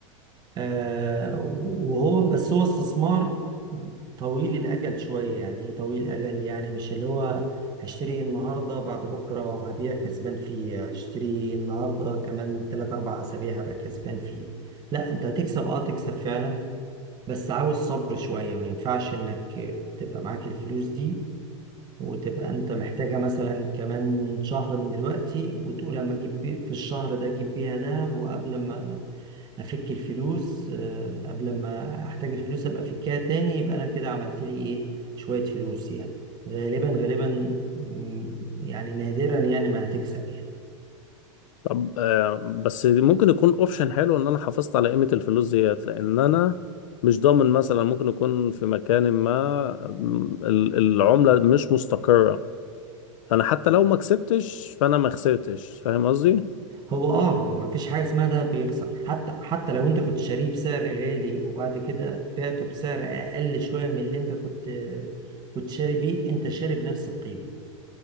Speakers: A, on the right; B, on the left.
A: آه وهو بس هو استثمار طويل الأجل شوية يعني إيه طويل الأجل يعني مش اللي هو هشتري النهاردة بعد بكرة هبيع كسبان فيه هشتري النهاردة كمان تلات أربع أسابيع هبقى كسبان فيه لا أنت هتكسب أه تكسب فعلا بس عاوز صبر شوية ما ينفعش انك تبقى معاك الفلوس دي وتبقى انت محتاجة مثلا كمان شهر من دلوقتي وتقول اما اجيب بي- في الشهر ده اجيب بيها دهب وقبل ما افك الفلوس آه، قبل ما احتاج الفلوس ابقى افكها تاني يبقى انا كده عملت لي ايه شوية فلوس يعني غالبا غالبا مم، يعني نادرا يعني ما هتكسب يعني
B: طب آه، بس ممكن يكون اوبشن حلو ان انا حافظت على قيمة الفلوس ديت لان انا مش ضامن مثلا ممكن يكون في مكان ما م- ال- العملة مش مستقرة فانا حتى لو ما كسبتش فانا ما خسرتش فاهم قصدي؟
A: هو اه مفيش حاجه اسمها ده بيخسر حتى حتى لو انت كنت شاريه بسعر غالي وبعد كده بعته بسعر اقل شويه من اللي انت كنت كنت شاري بيه انت شاري بنفس القيمه